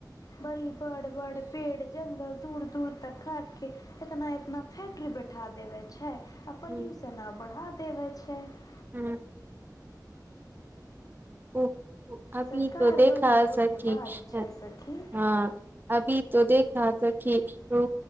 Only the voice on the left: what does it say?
बड़ी बड़-बड़ पेड़ जंगल दूर-दूर त काटके एतना-एतना फैक्ट्री बैठा देबै छै आ पोल्यूशन
और बढ़ा तेक हो छै <unintelligible>
सरकार
बड़ी धोखेबाज
छै
सखी।